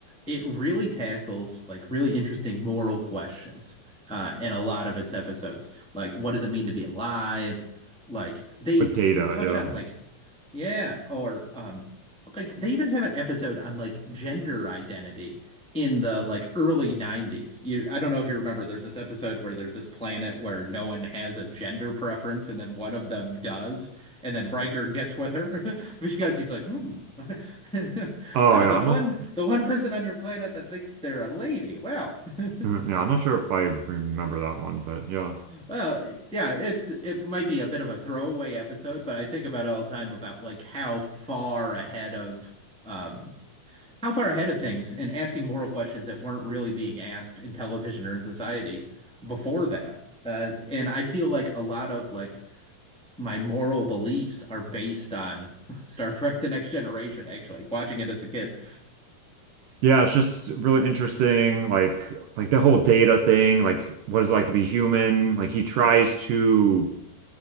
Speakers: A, in the centre; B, on the right.
A: It really tackles like really interesting moral questions uh, in a lot of its episodes. Like, what does it mean to be alive? Like, they
B: With Data,
A: they touch
B: yeah.
A: on like yeah, or um like they even have an episode on like gender identity in the like early 90s. You I don't know if you remember there's this episode where there's this planet where no one has a gender preference and then one of them does and then Riker gets with her <laughs> because he's like, "Hmm. <laughs>
B: Oh
A: Ah,
B: yeah,
A: the
B: I'm
A: one
B: not.
A: the one person on your planet that thinks they're a lady. Wow." <laughs>
B: mm, Yeah, I'm not sure if I remember that one, but yeah,
A: Well, it- yeah, it it might be a bit of a throwaway episode, but I think about it all the time about like how far ahead of um how far ahead of things and asking moral questions that weren't really being asked in television or in society before that. Uh, and I feel like a lot of like my moral beliefs are based on <laughs> Star Trek: The Next Generation, actually, watching it as a kid.
B: yeah. It's just really interesting, like like the whole Data thing, like what it's like to be human. Like he tries to